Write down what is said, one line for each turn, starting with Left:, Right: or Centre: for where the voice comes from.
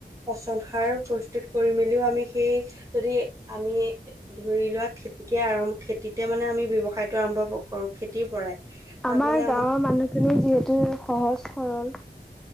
Right: পচন সাৰ প্ৰস্তুত কৰি মেলিও আমি সেই যদি আমি ধৰি লোৱা খেতিকে আৰম্ খেতিতে মানে আমি ব্যৱসায়তো আৰম্ভ কৰো খেতিৰ পৰাই। তাত
Centre: আমাৰ
Right: মানে
Centre: গাঁওৰ মানুহখিনি যিহেতু সহজ সৰল